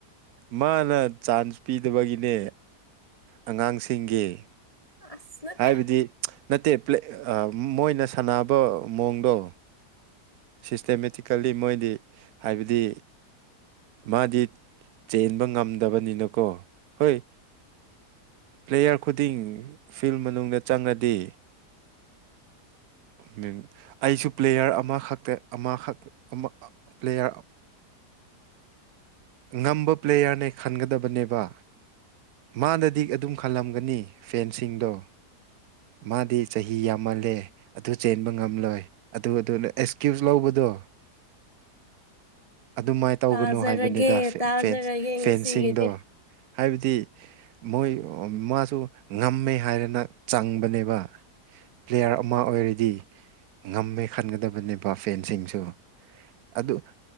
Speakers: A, on the right; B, on the left.
A: ꯃꯥ ꯅ ꯆꯥꯟꯁ ꯄꯤꯗꯕꯒꯤꯅꯦ ꯑꯉꯥꯡꯁꯤꯡꯒꯤ
B: ꯑꯁ ꯅꯠꯇꯦ
A: ꯍꯥꯏꯕꯗꯤ ꯅꯠꯇꯦ ꯃꯣꯏꯅ ꯁꯥꯟꯅꯕ ꯃꯑꯣꯡꯗꯣ ꯁꯤꯁꯇꯦꯃꯦꯇꯤꯀꯦꯜꯂꯤ ꯃꯣꯏꯗꯤ ꯍꯥꯏꯕꯗꯤ ꯃꯥꯗꯤ ꯆꯦꯟꯕ ꯉꯝꯗꯕꯅꯤꯅꯀꯣ ꯍꯣꯏ ꯄ꯭ꯂꯦꯌꯔ ꯈꯨꯗꯤꯡ ꯐꯤꯜ ꯃꯅꯨꯡꯗ ꯆꯪꯂꯗꯤ ꯃꯤꯟ ꯑꯩꯁꯨ ꯄ꯭ꯂꯦꯌꯥꯔ ꯑꯃꯈꯛꯇ ꯑꯃꯈꯛ ꯄ꯭ꯂꯦꯌꯥꯔ ꯉꯝꯕ ꯄ꯭ꯂꯦꯌꯥꯔꯅꯦ ꯈꯟꯒꯗꯕꯅꯦꯕ ꯃꯥꯗꯗꯤ ꯑꯗꯨꯝ ꯈꯜꯂꯝꯒꯅꯤ ꯐꯦꯟꯁꯤꯡꯗꯣ ꯃꯥꯗꯤ ꯆꯍꯤ ꯌꯥꯝꯃꯜꯂꯦ ꯑꯗꯨ ꯆꯦꯟꯕ ꯉꯝꯂꯣꯏ ꯑꯗꯨ ꯑꯗꯨꯅ ꯑꯦꯛꯁꯀ꯭ꯌꯨꯁ ꯂꯧꯕꯗꯣ ꯑꯗꯨꯃꯥꯏꯅ ꯇꯧꯒꯅꯨ
B: ꯇꯥꯖꯔꯒꯦ
A: ꯍꯥꯏꯕꯅꯤꯗ ꯐ
B: ꯇꯥꯖꯔꯒꯦ
A: ꯐꯦꯟꯁꯤꯡꯗꯣ
B: ꯉꯁꯤꯒꯤꯗꯤ
A: ꯍꯥꯏꯕꯗꯤ ꯃꯣꯏ ꯃꯥꯁꯨ ꯉꯝꯃꯦ ꯍꯥꯏꯔꯅ ꯆꯪꯕꯅꯦꯕ ꯄ꯭ꯂꯦꯌꯥꯔ ꯑꯃ ꯑꯣꯏꯔꯗꯤ ꯉꯝꯃꯦ ꯈꯟꯒꯗꯕꯅꯦꯕ ꯐꯦꯟꯁꯤꯡꯁꯨ ꯑꯗꯨ